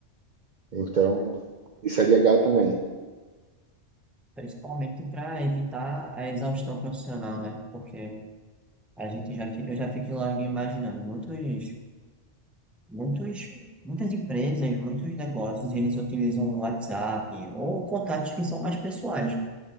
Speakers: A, on the right; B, in the centre.
A: Então,
B: Verdade.
A: isso é legal também.
B: Principalmente para evitar a exaustão profissional, né? Porque a gente já, fi- eu já fico logo imaginando, muitos, muitos, muitas empresas, muitos negócios, eles utilizam o WhatsApp ou contatos que são mais pessoais